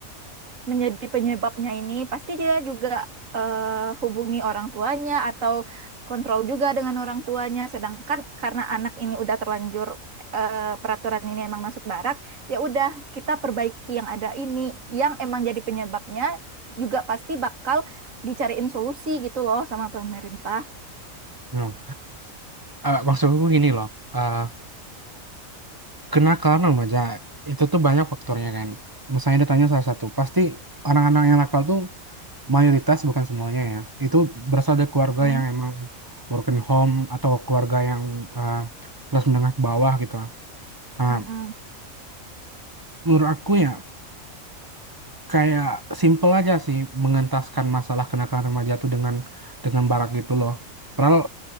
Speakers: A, on the right (about 70°); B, on the right (about 20°).
A: menjadi penyebabnya ini. Pasti dia juga eh, hubungi orang tuanya atau kontrol juga dengan orang tuanya. Sedangkan karena anak ini udah terlanjur eh, peraturan ini emang masuk barak ya udah kita perbaiki yang ada ini yang emang jadi penyebabnya juga pasti bakal dicariin solusi gitu loh sama pemerintah.
B: Nah, eee, maksud aku gini loh, eee Kena karena remaja, itu tuh banyak faktornya kan. Misalnya ditanya salah satu, pasti anak-anak yang nakal tuh mayoritas bukan semuanya ya, itu berasal dari keluarga
A: Mm,
B: yang emang broken home atau keluarga yang, eee, kelas menengah ke bawah gitu. Nah,
A: mm-mm.
B: menurut aku ya kayak simple aja sih mengentaskan masalah kenakalan remaja tuh dengan dengan barak gitu loh. Padahal